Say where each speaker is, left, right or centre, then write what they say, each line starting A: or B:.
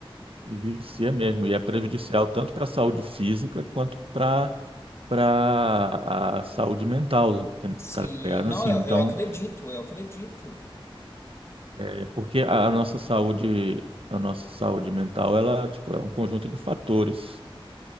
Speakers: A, on the right; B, on the left.
A: E Vicia mesmo, e é prejudicial tanto para a saúde física quanto para para a saúde mental, tá
B: Sim,
A: tá ligado?
B: não,
A: Assim,
B: eu,
A: então,
B: eu acredito, eu acredito.
A: é porque a a nossa saúde, a nossa saúde mental, ela, tipo, é um conjunto de fatores.